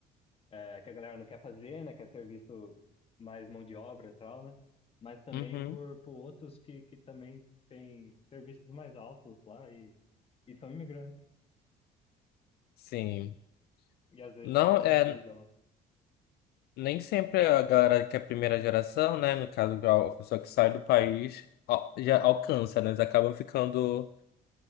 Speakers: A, on the left; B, on the left.
A: é, que a galera não quer fazer, né? Quer ser visto mais mão de obra e tal, né? Mas também
B: Uhum.
A: por, por outros que, que também têm serviços mais altos lá e, e são imigrantes.
B: Sim.
A: E às vezes
B: Não,
A: a galera
B: é,
A: julga lá.
B: Nem sempre a galera que é primeira geração, né? No caso, a pessoa que sai do país al- já alcança, né? Eles acabam ficando